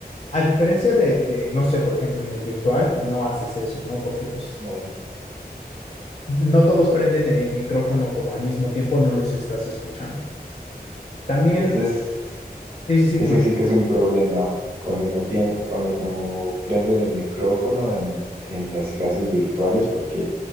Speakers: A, on the left (about 40°); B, on the right (about 30°).
A: a diferencia de, de, no sé, por ejemplo, en el virtual, no haces eso, ¿no? Porque pues
B: no,
A: no todos prenden el micrófono como al mismo tiempo, no los estás escuchando. También,
B: y ese es,
A: sí, sí, sí,
B: eso
A: dime.
B: sí que es un problema, cuando no, pien- cuando no prenden el micrófono en, en las clases virtuales, porque